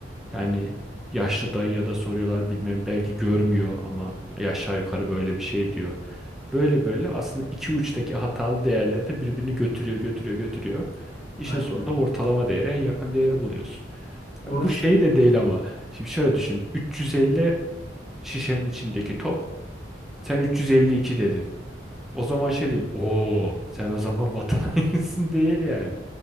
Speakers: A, in the centre; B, on the left (about 55°).
A: Yani yaşlı dayıya da soruyorlar bilmem belki görmüyor ama aşağı yukarı böyle bir şey diyor. Böyle böyle aslında iki uçtaki hatalı değerleri de birbirini götürüyor, götürüyor, götürüyor. İşin
B: Aynen
A: sonunda
B: öyle.
A: ortalama değere en yakın değeri buluyorsun.
B: Bunun
A: Ya Bu
B: işte
A: şey de değil ama. Şimdi şöyle düşün. 350 şişenin içindeki top. Sen 352 dedin. O zaman şey değil. Oo, sen o zaman vatan <laughs> hainisin değil yani.